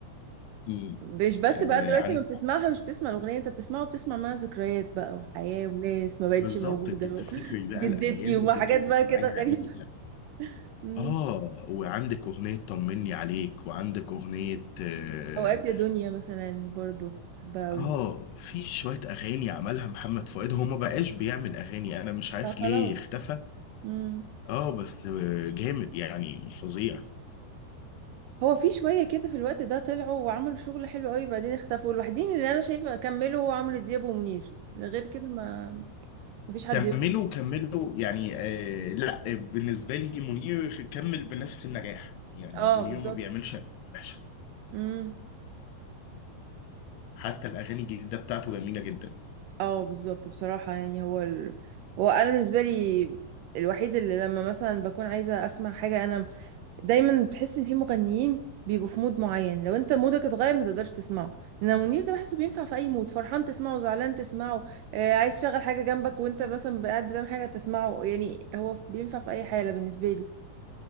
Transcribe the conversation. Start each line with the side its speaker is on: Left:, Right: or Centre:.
Left: امم
Right: مش بس بقى
Left: وعندك
Right: دلوقتي ما بتسمعها مش بتسمع الاغنيه انت بتسمعها وبتسمع معاها ذكريات بقى وحياه وناس ما بقتش
Left: بالظبط
Right: موجوده
Left: انت بتفتكري
Right: و... <laughs>
Left: بقى
Right: جدتي
Left: الايام اللي
Right: وما
Left: كنت
Right: حاجات
Left: بتسمعيها
Right: بقى كده غريبه
Left: امتى
Right: <laughs> مم.
Left: اه وعندك اغنيه طمني عليك وعندك اغنيه اه
Right: اوقات يا دنيا مثلا برضو بحبها قوي
Left: آه، في شويه اغاني عملها محمد فؤاد هو ما بقاش بيعمل اغاني انا مش عارف
Right: فخلاص
Left: ليه اختفى
Right: امم
Left: اه بس آه، جامد يعني فظيع
Right: هو في شويه كده في الوقت ده طلعوا وعملوا شغل حلو قوي بعدين اختفوا الوحيدين اللي انا شايفه كملوا هو عمرو دياب ومنير غير كده ما مفيش حد
Left: كملوا
Right: يقول
Left: كملوا يعني آه لا بالنسبة لي منير كمل بنفس النجاح يعني
Right: اه
Left: منير
Right: بالظبط
Left: ما بيعملش أغاني وحشة
Right: امم
Left: حتى الأغاني الجديدة بتاعته جميلة جدا
Right: اه بالظبط بصراحة يعني هو ال... هو انا بالنسبة لي الوحيد اللي لما مثلا بكون عايزة اسمع حاجة انا دايما بتحس ان في مغنيين بيبقوا في مود معين لو انت مودك اتغير ما تقدرش تسمعه انما منير ده بحسه بينفع في اي مود فرحان تسمعه زعلان تسمعه آه عايز تشغل حاجة جنبك وانت مثلا قاعد بتعمل حاجة تسمعه يعني هو بينفع في اي حالة بالنسبة لي